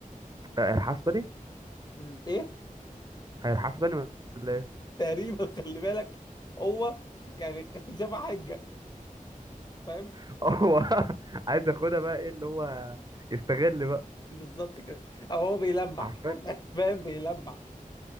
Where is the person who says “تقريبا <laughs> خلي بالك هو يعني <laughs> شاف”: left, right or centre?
Left